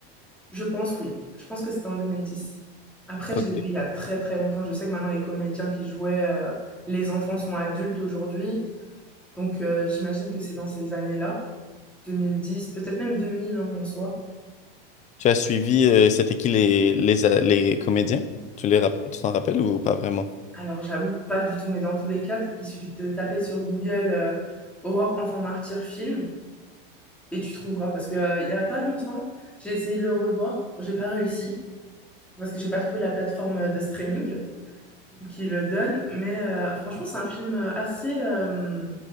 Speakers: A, in the centre; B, on the left (about 25°).
A: Je pense, oui. Je pense que c'était en 2010. Après,
B: Ok.
A: je l'ai vu il y a très très longtemps. Je sais que maintenant, les comédiens qui jouaient, euh, les enfants sont adultes aujourd'hui. Donc, euh, j'imagine que c'est dans ces années-là, 2010, peut-être même 2000 hein, en soi.
B: Tu as suivi, euh, c'était qui les, les, a- les comédiens? Tu les rap- tu t'en rappelles ou pas vraiment? <laughs>
A: Alors, j'avoue pas du tout, mais dans tous les cas, il suffit de taper sur Google euh, Aurore enfant martyr film. et tu trouveras. Parce que, euh, il y a pas longtemps, j'ai essayé de le revoir. Bon, J'ai pas réussi parce que j'ai pas trouvé la plateforme euh, de streaming qui le donne. Mais euh, franchement, c'est un film euh, assez euh,